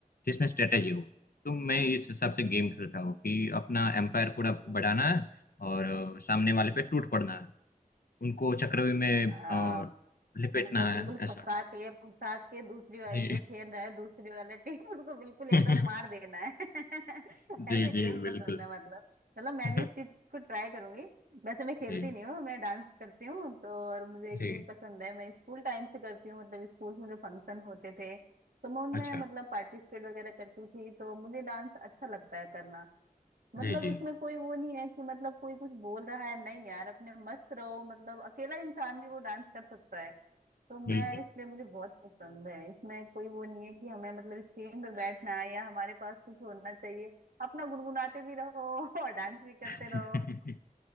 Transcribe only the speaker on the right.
हम्म,
आ,
मतलब बिल्कुल
फंसा के फंसा के दूसरी वाले
जो खेल रहा है दूसरी वाले टीम <laughs> उसको बिल्कुल एकदम
मार देना है <laughs>
ऐसे
गेम
पसंद है मतलब चलो मैं
भी इस चीज को ट्राई करूंगी वैसे मैं खेलती
नहीं हूँ मैं डांस करती हूँ तो और मुझे
यही पसंद है मैं स्कूल टाइम से करती हूँ मतलब स्कूल में जो फंक्शन होते थे तो मैं उनमें
मतलब पार्टिसिपेट वगैरह करती थी तो मुझे डांस अच्छा लगता है करना मतलब
इसमें कोई वो नहीं है कि मतलब कोई कुछ बोल रहा है नहीं यार अपने मस्त रहो मतलब अकेला इंसान भी वो डांस कर सकता है तो
मैं इसलिए मुझे बहुत पसंद है इसमें कोई वो नहीं है कि हमें मतलब स्क्रीन पे बैठना है या हमारे पास कुछ होना चाहिए अपना गुनगुनाते भी रहो <laughs> और डांस भी करते
रहो